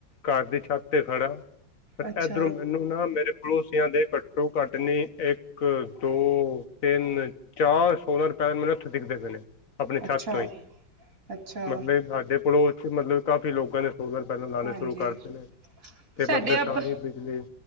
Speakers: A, on the left; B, on the right.
A: ਘਰ ਦੀ ਛੱਤ ਤੇ ਖੜਾ ਪਰ
B: ਅੱਛਾ
A: ਇਧਰੋਂ ਮੈਨੂੰ ਨਾ ਮੇਰੇ ਪੜੋਸੀਆਂ ਦੇ ਘੱਟੋ ਘੱਟ ਨਹੀਂ ਇੱਕ ਦੋ ਤਿੰਨ ਚਾਰ ਸੋਲਰ ਪੈਨਲ ਮੈਨੂੰ ਏਥੋਂ ਦਿਖਦੇ ਪਏ ਨੇ ਆਪਣੇ
B: ਅੱਛਾ
A: ਛੱਤ ਤੋਂ ਹੀ
B: ਅੱਛਾ
A: ਮਤਲਬ ਏ ਸਾਡੇ ਪੜੋਸ ਚ ਮਤਲਬ ਕਾਫੀ ਲੋਕਲ ਦ ਹੈ ਸੋਲਰ ਪੈਨਲ ਲਾਨੇ
B: ਹਾਂਜੀ
A: ਸ਼ੁਰੂ ਕਰਦਤੇ ਨੇ ਤੇ
B: ਸਾਡੇ
A: ਮਤਲਬ
B: ਆਪ
A: ਸਾਰੀ ਬਿਜਲੀ